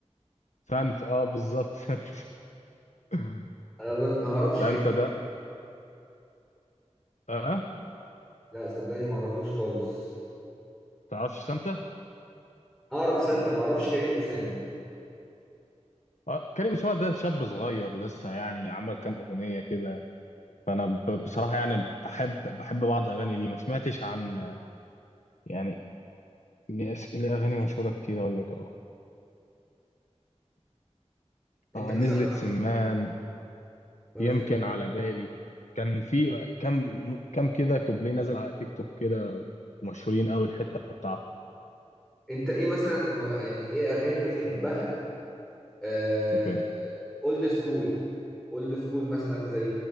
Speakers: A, on the left; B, in the centre.
A: سانتا أه بالظبط سانتا <laughs>
B: انا ب... ما اعرفش
A: سانتا
B: كريم
A: ده أه
B: لا صدقني ما اعرفوش خالص
A: تعرفش سانتا
B: اعرف سانتا ما اعرفش كريم اسامه
A: أه كريم أسامة ده شاب صغير لسه يعني عمل كام أغنية كده فأنا ب- بصراحة يعني بحب بحب بعض أغاني ليه ما سمعتش عن يعني ليه أس- ليه أغاني مشهورة كتير أقول لك أهو
B: انت
A: آه نزلت
B: مثلا
A: سمان
B: ما
A: يمكن
B: بتح...
A: على بالي كان في كم كم كده كوبليه نازل على تيك توك كده مشهورين قوي الحته بتاعته
B: انت ايه مثلا ما- يعني ايه اغاني بتحبها آه،
A: اوكي
B: اولد سكول اولد سكول مثلا زي